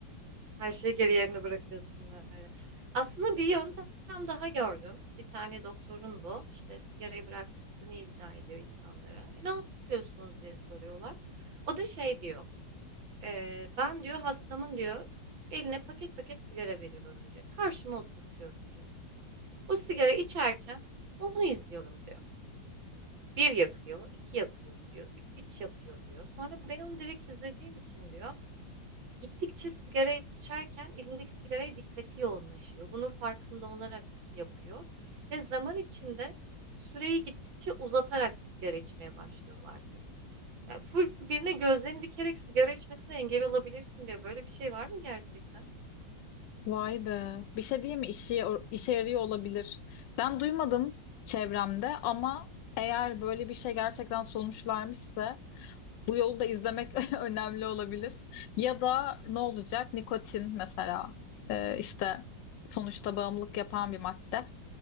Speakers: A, on the right; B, on the left.
A: her şeyi geri yerine bırakıyorsun böyle. Aslında bir yöntem daha gördüm. Bir tane doktorun bu. İşte sigarayı bıraktırdığını iddia ediyor insanlara. E, ne yapıyorsunuz diye soruyorlar. O da şey diyor. "E, ben diyor hastamın diyor eline paket paket sigara veriyorum diyor. Karşıma oturtuyorum diyor. O sigara içerken onu izliyorum diyor. Bir yakıyor, iki yakıyor diyor, üç yakıyor diyor. Sonra ben onu direkt izlediğim için diyor, gittikçe sigara içerken elindeki sigaraya dikkati yoğunlaşıyor. Bunu farkında olarak yapıyor ve zaman içinde süreyi gittikçe uzatarak sigara içmeye başlıyorlar diyor. Ya full birine gözlerini dikerek sigara içmesine engel olabilirsin diyor. Böyle bir şey var mı gerçekten?
B: Vay be. Bir şey diyeyim mi? İşe, işe yarıyor olabilir. Ben duymadım çevremde ama eğer böyle bir şey gerçekten sonuç vermişse bu yolu da izlemek <laughs> önemli olabilir. Ya da ne olacak? Nikotin mesela Ee, işte sonuçta bağımlılık yapan bir madde.